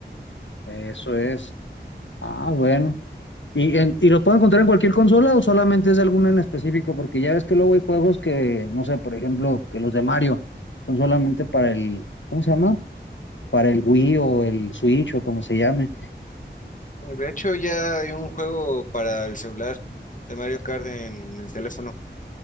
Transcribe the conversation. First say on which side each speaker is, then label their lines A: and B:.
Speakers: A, on the left (about 90°); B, on the left (about 45°).
A: Eso es. Ah, bueno. ¿Y, en- y lo puedo encontrar en cualquier consola o solamente es de alguna en específico? Porque ya ves que luego hay juegos que, no sé, por ejemplo, que los de Mario son solamente para el, ¿cómo se llama? Para el Wii o el Switch o como se llame.
B: De hecho, ya hay un juego para el celular de Mario Kart en el teléfono.